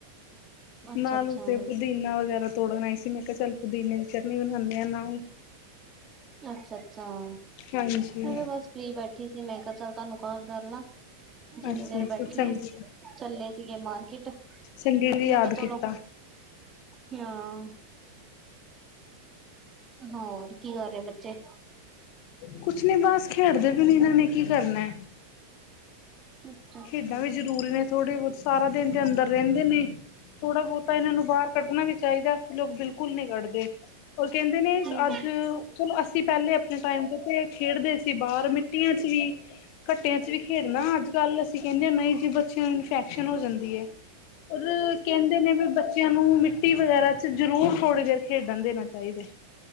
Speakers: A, on the right; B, on the left.
A: ਅੱਛਾ
B: ਨਾਲ
A: ਅੱਛਾ
B: ਤੇ ਪੁਦੀਨਾ ਵਗੈਰਾ ਤੋੜਨ ਆਈ ਸੀ ਮੈਂ ਕਿਹਾ ਚੱਲ ਪੁਦੀਨੇ ਦੀ ਚਟਨੀ ਬਣਾਣੇ। ਆ ਨਾਲ।
A: ਅੱਛਾ-ਅੱਛਾ, ਨਹੀਂ
B: ਹਾਂਜੀ,
A: ਮੈਂ ਵੀ ਬਸ ਫ੍ਰੀ ਬੈਠੀ ਸੀ ਮੈਂ ਕਿਹਾ ਚੱਲ ਤੁਹਾਨੂੰ ਕਾਲ ਕਰਲਾ। ਜਿੰਨੀ
B: ਅੱਛਾ-ਅੱਛਾ
A: ਦੇਰ ਬੈਠੀ
B: ਚੰਗੀ
A: ਆ ਚੱਲੇ ਸੀਗੇ ਮਾਰਕੀਟ।
B: ਚੰਗੇ ਵੀ
A: ਮੈਂ
B: ਯਾਦ
A: ਕਿਹਾ ਚਲੋ।
B: ਕੀਤਾ,
A: ਹਾਂ, ਹੋਰ ਕੀ ਕਰ ਰਹੇ ਬੱਚੇ
B: ਕੁਛ ਨੀ ਬਸ ਖੇਡਦੇ ਵੀ ਨ ਇਹਨਾਂ ਨੇ ਕੀ ਕਰਨਾ ਹੈ।
A: ਹਮ
B: ਖੇਡਾਂ ਵੀ ਜ਼ਰੂਰੀ ਨੇ ਥੋੜ੍ਹੇ ਬਹੁਤ ਸਾਰਾ ਦਿਨ ਦੇ ਅੰਦਰ ਰਹਿੰਦੇ ਨੇ। ਥੋੜਾ- ਬਹੁਤਾ ਇਹਨਾਂ ਨੂੰ ਬਾਹਰ ਕੱਢਣਾ ਵੀ ਚਾਹੀਦਾ ਅਸੀਂ ਲੋਕ ਬਿਲਕੁਲ ਨਹੀਂ ਕੱਢਦੇ। ਉਹਰ ਕਹਿੰਦੇ ਨੇ,
A: ਹਾਂ
B: ਅੱਜ ਚਲੋ, ਅਸੀਂ ਪਹਿਲੇ ਆਪਣੇ ਟਾਈਮ ਖੇਡਦੇ ਸੀ। ਬਾਹਰ ਮਿੱਟੀਆਂ ਚ ਵੀ ਘੱਟਿਆਂ ਚ ਵੀ ਖੇਡ ਨਾ ਅੱਜ ਕੱਲ ਅਸੀਂ ਕਹਿੰਦੇ ਹ ਨਹੀਂ ਜੀ ਬੱਚਿਆਂ ਨੂੰ ਇਨਫੈਕ ਹੋ ਜਾਂਦੀ ਹੈ। ਰ ਕਹਿੰਦੇ ਨੇ ਵੀ ਬੱਚਿਆਂ ਨੂੰ ਨੂੰ ਮਿੱਟੀ ਵਗੈਰਾ ਚ ਜ਼ਰੂਰ ਥੋੜ੍ਹੇ ਜਰ ਖੇਡਣ ਦੇਣਾ ਚਾਹੀਦਾ।